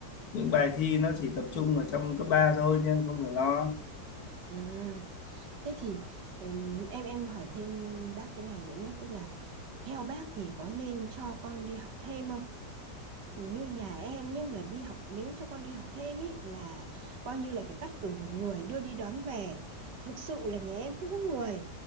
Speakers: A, on the left; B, on the right.
A: những bài thi nó chỉ tập trung ở trong cấp 3 thôi nên không phải lo
B: À, thế thì ừm, em em hỏi thêm bác cái này nữa nhé, tức là theo bác thì có nên cho con đi học thêm không? Như nhà em nhé là đi học nếu cho con đi học thêm ý là coi như là phải cắt cử một người đưa đi đón về. Thực sự là nhà em không có người,